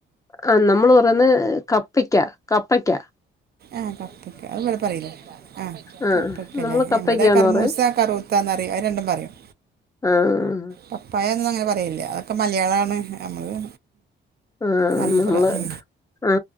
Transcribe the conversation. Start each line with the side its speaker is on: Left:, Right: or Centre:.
Left: ആഹ് നമ്മള് പറ്ന്ന് കപ്പക്കാ കപ്പക്കാ
Right: ആ കപ്പക്ക ഇവിടെ പറയില്ലേ ആഹ
Left: ആ
Right: കപ്പക്കല്ലേ
Left: നമ്മള് കപ്പയ്ക്കാന്ന്
Right: എവിടെ കർമൂസ
Left: പറയും
Right: കറുത്ത. ത്താന്നറയും അയ് രണ്ടും പറയും
Left: ആഹ്
Right: പപ്പായനൊന്നും അങ്ങനെ പറയില്ല അതൊക്കെ മലയാളാണ് നമ്മള്
Left: ആ
Right: മലപ്പുറം
Left: നമ്മള് ആ